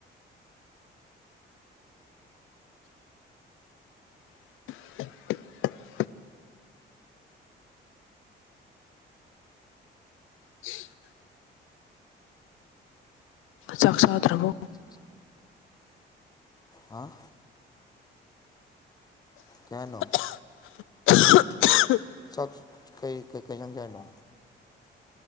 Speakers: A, on the left (about 85°); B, on the left (about 20°).
A: <inaudible> <inaudible> ꯆꯥꯛ ꯆꯥꯗ꯭ꯔꯕꯣ
B: ꯍꯥꯥ ꯀꯩ ꯍꯥꯏꯅꯣ
A: <unintelligible>
B: ꯆꯥꯛ ꯀꯩ ꯀꯩꯀꯩ ꯏꯟꯖꯥꯡ ꯆꯥꯏꯅꯣ